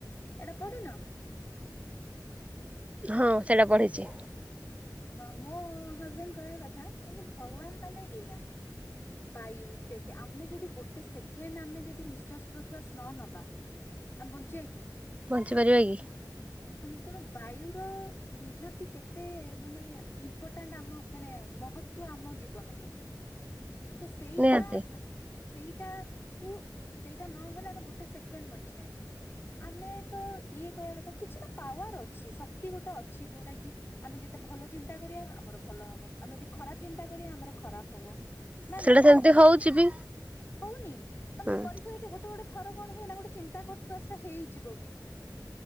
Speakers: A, on the left (about 30°); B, on the right (about 20°).
A: ଏଇଟା ପଢିନ ।
B: ହଁ ସେଇଟା ପଢ଼ିଛି।
A: ମୋ ହଜବେଣ୍ଡ କହିବା କଥା ଶୁନ ଭଗବାନ ମାନେ ଏଇଆ। ବାୟୁ ଦେଖେ ଆମେ ଯଦି ଗୋଟେ ସେକେଣ୍ଡ ଆମେ ଯଦି ନିଶ୍ଵାସ ପ୍ରଶ୍ଵାସ ନ ନବା। ଆମେ ବଞ୍ଚିବା କିି?
B: ପହଞ୍ଚି ପାରିବା କି?
A: ତେଣୁ ବାୟୁର ନିହାତି କେ ଏତେ ମାନେ ଇମ୍ପୋର୍ଟାଣ୍ଟ ଆମ ମାନେ ମହତ୍ୱ ଆମ ଜୀବନ ପ୍ରତି। ତ ସେଇଟା
B: ନିହାତି
A: ସେଇଟା କୁ ସେଇଟା ନହେଲେ ଆମେ ଗୋଟେ ସେକେଣ୍ଡ ବଞ୍ଚିବନି। ଆମେ ତ ଇଏ କହିବା କଥା କିଛି ତ ପାୱାର ଅଛି। ଶକ୍ତି ଗୋଟେ ଅଛି। ଯୋଉଟା କି ଆମେ ଯେତେ ଭଲ ଚିନ୍ତା କରିବା ଆମର ଭଲ ହବ ଆମେ ଯଦି ଖରାପ ଚିନ୍ତା କରିବା ଆମର ଖରାପ ହବ। ନା
B: ସେଇଟା
A: ନାଇଁ
B: ସେମିତି ହଉଛି ବି
A: ହଉନି ତମେ
B: ହୁଁ
A: ପରୀକ୍ଷା ଗ ଗୋଟେ ଗୋଟେ ଥର କଣ ହୁଏ ନା ଗୋଟେ ଚିନ୍ତା କରୁଥିବା ସା ହେଇଯିବ ବି